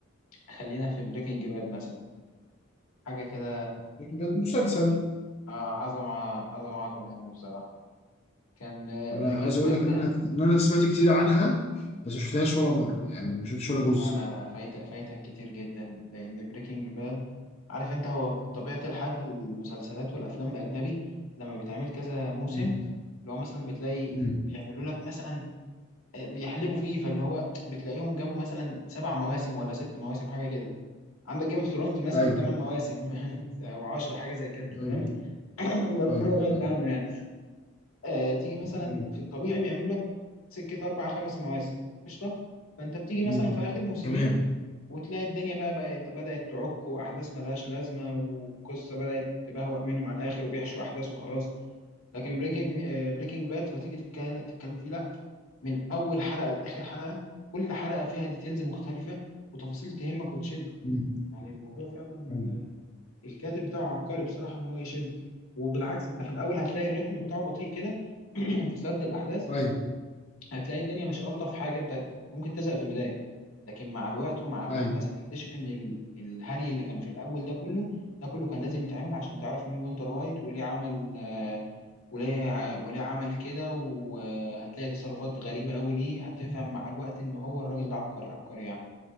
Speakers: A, on the left; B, on the left.
A: خلينا في بريكنج باد مثلا حاجه كده
B: لكن ده مسلسل
A: آه، عظمه عظمه عظمه يعني بصراحه كان
B: أنا
A: بريكنج
B: عايز أقول
A: باد
B: لك إن
A: ده
B: أنا إن أنا سمعت كتير عنها بس ما شفتهاش ولا مرة يعني ما شفتش ولا جزء
A: لا لا لا فايتك فايتك كتير جدا لان بريكنج باد عارف انت هو طبيعه الحال في المسلسلات والافلام الاجنبي لما بيتعمل كذا موسم
B: مم.
A: اللي هو مثلا بتلاقي
B: مم.
A: بيعملوا لك مثلا آه، بيحلبوا فيه فاللي هو بتلاقيهم جابوا مثلا سبع مواسم ولا ست مواسم حاجه كده عندك جيم اوف ثرونز مثلا
B: أيوه
A: 8 مواسم <laughs> او 10 حاجه زي كده
B: أيوه
A: تمام <laughs> <clears throat> ده ربنا
B: أيوه
A: يبعدنا عنه يعني آه تيجي مثلا
B: مم.
A: في الطبيعي بيعملوا لك سكه اربع خمس مواسم قشطه فانت بتيجي مثلا
B: مم.
A: في اخر موسمين
B: تمام
A: وتلاقي الدنيا بقى, بقى بدات تعك واحداث ملهاش لازمه والقصه بدات تبهوأ منهم على الاخر وبيحشوا احداث وخلاص لكن بريكنج آه بريكنج باد فتيجي تتك- تتكلم فيه لا من اول حلقه لاخر حلقه كل حلقه فيها ديتيلز مختلفه وتفاصيل تهمك وتشدك
B: مم.
A: يعني الموضوع فعلا
B: ايوه
A: الكاتب بتاعه عبقري بصراحة ان هو يشدك وبالعكس انت في الاول هتلاقي الريتم بتاعه بطيء كده <clears throat> في سرد الاحداث
B: ايوه
A: هتلاقي الدنيا مش الطف حاجة انت ممكن تزهق في البداية لكن مع الوقت ومع الاحداث
B: ايوه
A: هتكتشف ان ال- الهري اللي كان في الاول ده كله ده كله كان لازم يتعمل عشان تعرف مين والتر وايت وليه عمل آه، وليه وليه عمل كده وهتلاقي تصرفات غريبة قوي ليه هتفهم مع الوقت ان هو الراجل ده عبقري عبقري يعني